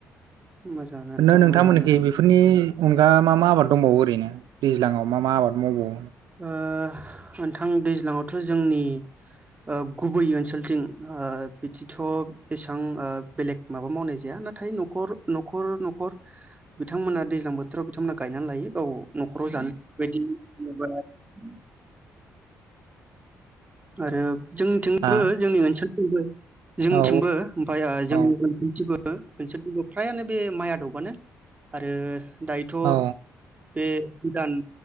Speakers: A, on the right; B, on the right.
A: मोजाङानो
B: ओरनो
A: नोंथां
B: नोंथांमोनखि
A: मोजाङानो
B: बेफोरनि अनगा मा मा आबाद दंबावो ओरैनो दैज्लाङाव मा मा आबाद मावबावो?
A: ओ ओन्थां दैज्लाङावथ' जोंनि ओ गुबै ओनसोलथिं ओ बिदिथ' बेसां ओ बेलेग माबा मावनाय जाया। नाथाय न'खर न'खर न'खर बिथांमोना दैज्लां बोथोराव बिथांमोना गायनानै लायो गाव न'खराव जानो बेबायदि <unintelligible> <inaudible> आरो जोंथिंबो
B: हा
A: जोंनि ओनसोलफोरबो जोंथिंबो
B: औ
A: ओमफाय आ जोंनि
B: औ
A: ओनसोलथिबो ओ ओनसोल फ्रायानो बे माइ आदबानो आरो दायोथ'
B: औ
A: बे गोदान